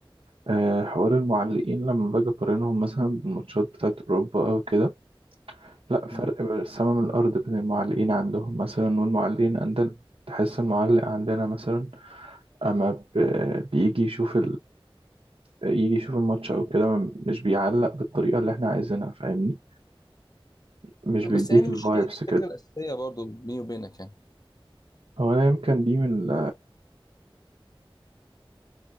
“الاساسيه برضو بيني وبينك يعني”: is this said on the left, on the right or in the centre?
Left